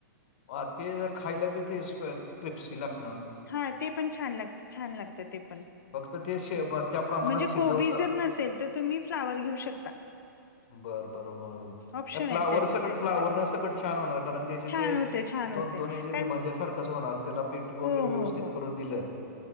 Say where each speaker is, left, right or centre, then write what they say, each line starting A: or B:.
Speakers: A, on the left (about 30°); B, on the left (about 80°).
A: अं ते खायंला बी ते क्रिप्सी लागतील
B: हां ते पणं छान लागतं छान लागतं ते पणं
A: फक्त ते शे ब- त्या प्रमाणात
B: म्हणजे
A: शिजवता
B: कोबी जरं नसेल तरं तुम्हीं फुलांवर घेऊ शकतां.
A: बरं बरं बरं मंग
B: ऑप्शन
A: फ्लावर
B: आहेत त्याच्या
A: संकट
B: त्याच्यासाठी
A: फुलांवर नं संकट छान होणारं कारणं ते जे
B: छान
A: ते
B: होते छान होते
A: दोन दोन जे
B: कारण
A: ते भाज्यां सारखंच होणारं त्यांला पीठ
B: हो
A: वगैरें
B: हो
A: व्यवस्थित
B: हो
A: करूंन दिलेत